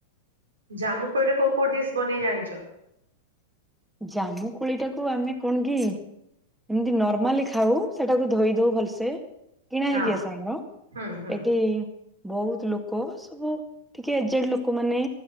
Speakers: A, on the right; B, in the centre.
A: ଜାମୁ କୋଳିରେ କୋଉ କୋଉ ଡିସ୍ ବନେଇ ଜାଣିଛ?
B: ଜାମୁ କୋଳି ଟାକୁ ଆମେ କଣ କି ଏମିତି ନର୍ମାଲି ଖାଉ ସେଟାକୁ ଧୋଇ ଦଉ ଭଲସେ। କିଣା
A: ହଁ
B: ହେଇକି ଆସେ ଆମର
A: ହୁଁ ହୁଁ
B: ଏଠି ବହୁତ ଲୋକ ସବୁ ଟିକେ ଏଜେଡ ଲୋକ ମାନେ।